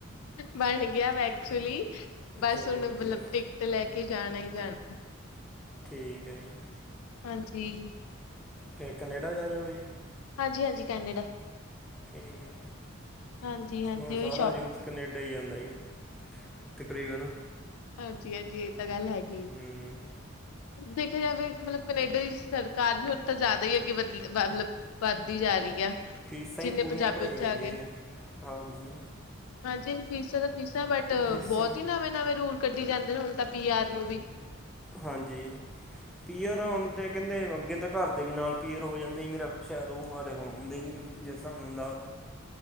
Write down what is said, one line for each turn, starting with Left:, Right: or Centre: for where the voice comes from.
Left: ਬਣ ਗਿਆ ਵੈਂ, ਐਕਚੁਅਲੀ ਬਸ
Centre: ਚਲੋ
Left: ਹੁਣ
Centre: ਵਧੀਆ
Left: ਮਤਲਬ।
Centre: ਵਾ
Left: ਤੇ ਲੈ ਕੇ ਜਾਣਾ ਜਾਣਾ।
Centre: ਠੀਕ ਹੈ ਜੀ।
Left: ਹਾਂਜੀ।
Centre: ਤੇ ਕੈਨੇਡਾ ਜਾ ਰਹੇ ਹੋ ਜੀ?
Left: ਹਾਂਜੀ ਹਾਂਜੀ ਕੈਨੇਡਾ।
Centre: ਠੀਕ ਹੈ।
Left: ਹਾਂਜੀ-ਹਾਂਜੀ
Centre: ਹ
Left: ਉਹੀ
Centre: ਸਾਰਾ
Left: ਸ਼ੋਪ
Centre: ਯੂਥ ਕਨੇਡਾ ਹੀ ਜਾਂਦਾ ਜੀ, ਤਕਰੀਬਨ।
Left: ਹਾਂਜੀ -ਹਾਂਜੀ ਇਹ ਤਾਂ ਗੱਲ ਹੈਗੀ।
Centre: ਹੂੰ
Left: ਦੇਖਿਆ ਜਾਵੇ ਮਤਲਬ ਕਨੇਡਾ ਦੀ ਸਰਕਾਰ ਵੀ ਹੁਣ ਤਾਂ ਜ਼ ਵਧ ਹੀ ਅੱਗੇ ਵਧ ਮਤਲਬ ਵੱਧਦੀ ਜਾ ਰਹੀ ਆ
Centre: ਫੀਸਾਂ
Left: ਜਿੰਨੇ
Centre: ਹੀ ਪੂਰੀਆਂ
Left: ਪੰਜਾਬੀ
Centre: ਭਰਾਈ
Left: ਉੱਥੇ
Centre: ਜਾਂਦੀਆਂ
Left: ਆ ਗਏ।
Centre: ਜ, ਹਾਂਜੀ
Left: ਹਾਂਜੀ, ਫੀਸਾਂ ਤਾਂ ਫੀਸਾਂ ਬਟ
Centre: ਫੀਸਾਂ
Left: ਬਹੁਤ ਹੀ ਨਵੇਂ- ਨਵੇਂ ਰੂਲ ਕੱਢੀ ਜਾਂਦੇ ਨੇ ਹੁਣ ਤਾਂ ਪੀ ਆਰ ਨੂੰ ਵੀ
Centre: ਹਾਂਜੀ, ਪੀਅਰ
Left: ਹਾਂਜੀ।
Centre: ਹੁਣ ਤਾਂ ਕਹਿੰਦੇ ਅੱਗੇ ਤਾਂ ਘਰ ਦੇ ਵੀ ਨਾਲ ਪੀਅਰ ਹੋ ਜਾਂਦਾ ਹੀ ਮੇਰਾ ਸ਼ਾਇਦ ਉਹ ਹਲੇ ਹੁਣ ਹੁੰਦੇ ਨੀ ਜਿਸ ਹਿਸਾਬ ਨਾਲ।